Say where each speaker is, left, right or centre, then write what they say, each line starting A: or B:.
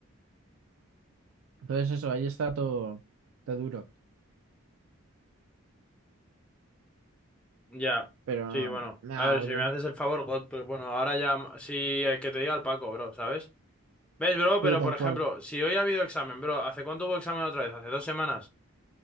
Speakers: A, on the right (about 70°); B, in the centre.
A: Entonces eso, ahí está todo, está duro.
B: Ya.
A: Pero
B: Sí, bueno.
A: nada,
B: A ver, si
A: bro.
B: me haces el favor, God, pero bueno, ahora ya sí eh, que te diga el Paco, bro, ¿sabes? ¿Ves, bro? Pero
A: Sí, tal
B: por ejemplo,
A: cual.
B: si hoy ha habido examen, bro, ¿hace cuánto hubo examen otra vez? ¿Hace dos semanas?